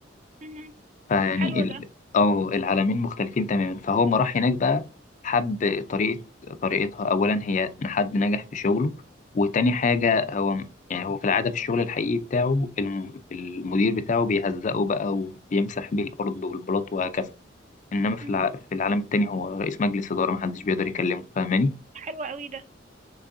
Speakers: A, on the right (about 40°); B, on the left (about 40°).
A: مم.
B: فيعني
A: حلو
B: ال...
A: ده
B: اه العالمين مختلفين تماما فهو ما راح هناك بقى حب طريقة طريقتها أولا هي إن حد نجح في شغله وتاني حاجة هو يعني هو في العادة في الشغل الحقيقي بتاعه الم... المدير بتاعه بيهزقه بقى وبيمسح بيه الأرض والبلاط وهكذا إنما في,
A: مم.
B: الع... في العالم التاني هو رئيس مجلس إدارة محدش بيقدر يكلمه فاهماني
A: حلو قوي ده